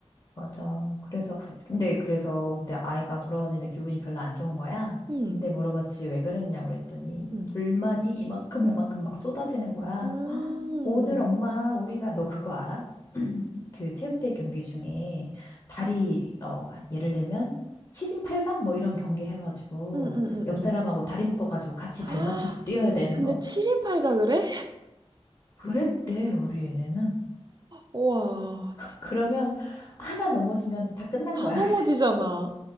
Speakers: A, on the left; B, on the right.
A: 맞아. 그래서, 근데, 그래서, 근데 아이가 돌아왔는데 기분이 별로 안 좋은 거야.
B: 음.
A: 근데 물어봤지, 왜 그랬냐고 그랬더니,
B: 음.
A: 불만이 이만큼, 이만큼 막 쏟아지는 거야.
B: 음.
A: 오늘 엄마, 우리가, 너 그거 알아? <clears throat> 그 체육대회 경기 중에 다리, 어, 예를 들면, 7인 8강? 뭐 이런 경기 해가지고,
B: 음. 음.
A: 옆
B: 음.
A: 사람하고 다리 묶어가지고 같이 발
B: 아,
A: 맞춰서 뛰어야
B: <gasps>
A: 되는
B: 근데
A: 거.
B: 7인 8가 그래?
A: 그랬대, 우리 애네는.
B: 우와.
A: 그러면, 하나 넘어지면 다 끝난
B: 다
A: 거야.
B: 넘어지잖아.
A: <laughs>